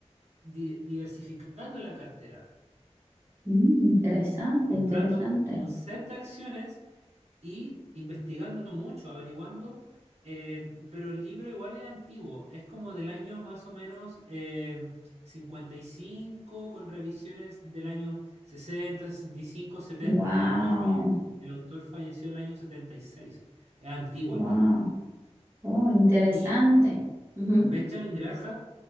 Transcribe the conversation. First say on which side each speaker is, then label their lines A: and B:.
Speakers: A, on the right (about 70°); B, on the right (about 20°).
A: di- diversificando la cartera,
B: Mm, interesante,
A: comprando
B: interesante.
A: un set de acciones y investigando mucho, averiguando, eh, pero el libro igual es antiguo, es como del año más o menos eh, 55, con revisiones del año 60, 65, 70,
B: Wow,
A: que el autor falleció, el autor falleció el año 76. Es antiguo
B: wow,
A: el libro.
B: oh, interesante.
A: Y
B: Ujú.
A: Benjamin Graham